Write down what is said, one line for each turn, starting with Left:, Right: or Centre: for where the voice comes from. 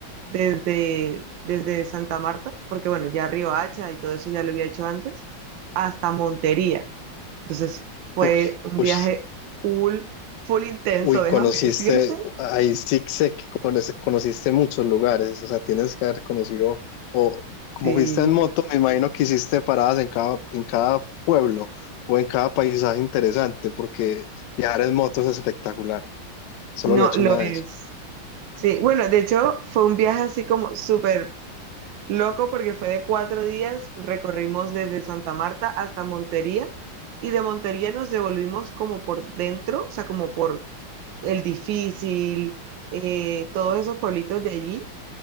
Right: desde, desde Santa Marta, porque bueno, ya Hacha y todo eso ya lo había hecho antes, hasta Montería. Entonces fue
Left: Uy,
Right: un
Left: uy.
Right: viaje full, full intenso,
Left: Uy,
Right: déjame
Left: conociste,
Right: decirte.
Left: ahí sí sé que conoce- conociste muchos lugares, o sea, tienes que haber conocido, o como
Right: Sí,
Left: fuiste en moto, me imagino que hiciste paradas en cada, en cada pueblo o en cada paisaje interesante, porque viajar en moto es espectacular, solo
Right: no,
Left: lo he hecho
Right: lo
Left: una
Right: es.
Left: vez.
Right: Sí, bueno, de hecho fue un viaje así como súper loco porque fue de cuatro días, recorrimos desde Santa Marta hasta Montería y de Montería nos devolvimos como por dentro, o sea, como por El Difícil, eh, todos esos pueblitos de allí